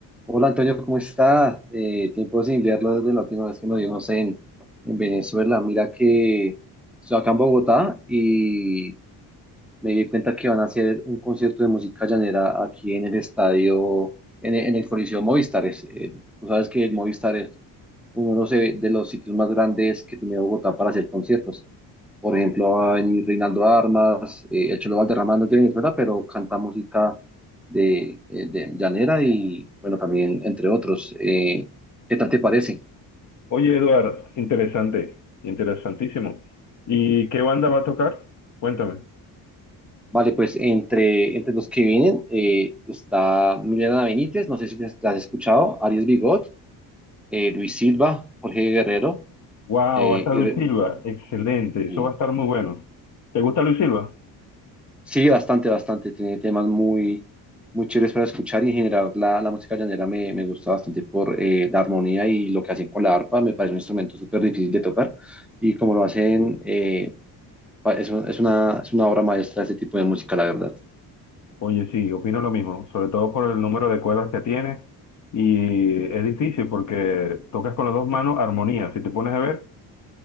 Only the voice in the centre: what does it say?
Hola Antonio, ¿cómo está? Eh, tiempo sin verlo desde la última vez que nos vimos en, en Venezuela. Mira que estoy acá en Bogotá y me di cuenta que van a hacer un concierto de música llanera aquí en el estadio, en, el en el Coliseo Movistar. Es, eh, tú sabes que el Movistar es uno de los, e- de los sitios más grandes que tiene Bogotá para hacer conciertos. Por ejemplo, va a venir Reinaldo Armas, eh, el Cholo Valderrama no tiene ni fuera, pero canta música de, eh, de llanera y, bueno, también entre otros. Eh, ¿qué tal te parece?
Vale, pues entre, entre los que vienen eh, está Milena Benítez, no sé si te- la has escuchado, Arias Bigot, eh, Luis Silva, Jorge Guerrero,
eh,
y,
Sí.
Sí, bastante, bastante. Tiene temas muy, muy chéveres para escuchar y en general la, la música llanera me, me gusta bastante por eh, la armonía y lo que hacen con la arpa. Me parece un instrumento súper difícil de tocar y como lo hacen, eh, pa- es, un- es una, es una obra maestra ese tipo de música, la verdad.